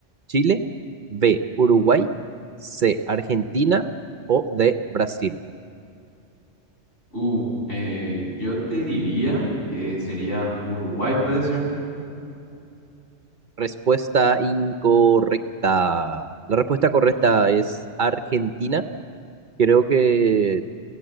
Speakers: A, on the right; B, on the left.
A: Chile, B, Uruguay, C, Argentina o D, Brasil.
B: Uh, eh, yo te diría que sería Uruguay, puede ser.
A: Respuesta incorrecta. La respuesta correcta es Argentina. Creo que